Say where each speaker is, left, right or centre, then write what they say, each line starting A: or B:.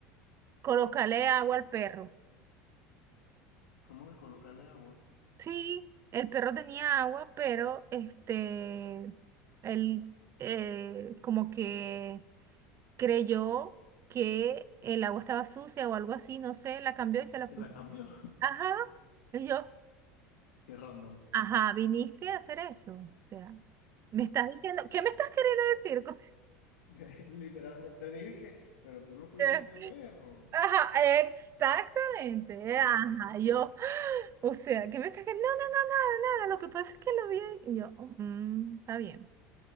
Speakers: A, on the right; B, on the left.
A: Colócale agua al perro.
B: ¿Cómo que colocarle agua?
A: Sí, el perro tenía agua, pero este, él eh, como que creyó que el agua estaba sucia o algo así, no sé, la cambió y se
B: Se
A: la puso.
B: la cambió. <laughs>
A: Ajá, y yo,
B: Qué random.
A: ajá, viniste a hacer eso. O sea, me estás diciendo, ¿qué me estás queriendo decir? con-
B: <laughs> Literalmente te dije que, pero tú no
A: <laughs>
B: cuidas
A: Eh,
B: ese perro.
A: Ajá, exactamente,
B: <laughs>
A: ajá, yo, o sea, ¿qué me estás queriendo? No, no, no, nada, nada, lo que pasa es que lo vi y yo, "Oh, mm, está bien,